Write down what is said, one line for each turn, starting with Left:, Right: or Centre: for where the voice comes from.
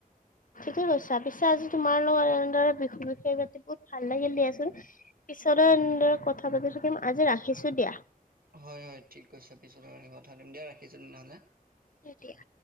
Left: ঠিকেই কৈছা। পিছে আজি তোমাৰ লগত এনেদৰে বিহু বিষয় পাতি ভাল লাগিল দিয়াচোন। পিছতো এনেদৰে কথা পাতি থাকিম আজি ৰাখিছো দিয়া।
Right: হয়, হয়, ঠিক কৈছে, পিছতো এনেকুৱা কথা দিম দিয়া ৰাখিছো তেনে হ'লে।
Left: এতিয়া।